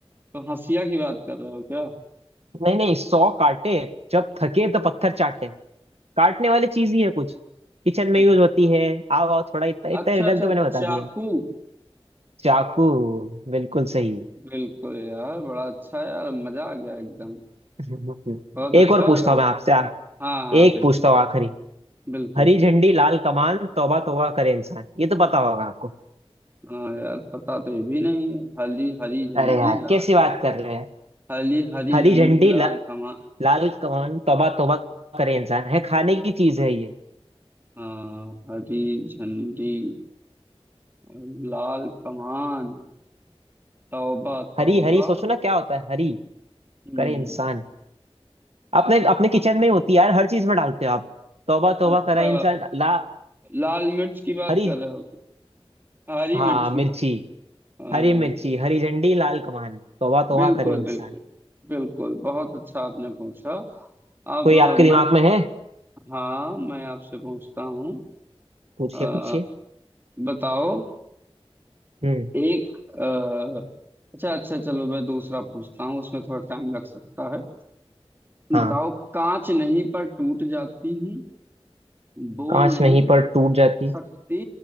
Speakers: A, on the right; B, on the right.
A: तो हंसिया की बात कर रहे हो क्या
B: नहीं नहीं सौ काटे जब थके तो पत्थर चाटे काटने वाली चीज ही है कुछ किचन में
A: अच्छा
B: यूज होती है आओ आओ थोड़ा इतना इतना
A: अच्छा
B: रिडल
A: अच्छा
B: तो मैंने बता
A: चाकू
B: दिया चाकू बिल्कुल सही
A: बिल्कुल यार बड़ा अच्छा यार मजा आ गया एकदम
B: <laughs>
A: बहुत
B: एक
A: अच्छा
B: और
A: लगा
B: पूछता हूँ मैं आपसे आ,
A: हाँ हाँ
B: एक
A: बिल्कुल
B: पूछता हूँ आखिरी
A: बिल्कुल
B: हरी झंडी लाल कमान तौबा तौबा करे इंसान ये तो पता होगा आपको
A: हाँ यार पता तो ये भी नहीं है हली हरी झंडी
B: अरे यार
A: लाल
B: कैसी बात कर रहे हैं
A: हली हरी
B: हरी
A: झंडी
B: झंडी
A: लाल
B: ल...
A: कमान
B: लाल कौन तौबा तौबा करे इंसान है खाने की चीज है ये
A: हाँ हरी झंडी और लाल कमान तौबा
B: हरी
A: तौबा
B: हरी सोचो ना क्या होता है हरी
A: हम्म
B: करे इंसान अपने अपने किचन में ही होती है यार हर चीज में डालते हो आप तौबा तौबा
A: अच्छा
B: करे इंसान ला
A: लाल मिर्च की बात
B: हरी
A: कर रहे हो क्या? हरी
B: हाँ
A: मिर्च की
B: मिर्ची
A: बात हाँ
B: हरी मिर्ची हरी झंडी लाल कमान तौबा तौबा
A: बिल्कुल
B: करे इंसान
A: बिल्कुल बिल्कुल बहुत अच्छा आपने पूछा अब
B: कोई आपके दिमाग
A: मैं
B: में है
A: हाँ मैं आपसे पूछता हूँ
B: पूछिए
A: अ,
B: पूछिए
A: बताओ
B: हम्म
A: एक अ, अच्छा अच्छा चलो मैं दूसरा पूछता हूँ उसमें थोड़ा टाइम लग सकता है
B: हाँ
A: बताओ कांच नहीं पर टूट जाती हूँ बोल
B: कांच
A: नहीं
B: नहीं पर टूट जाती
A: सकती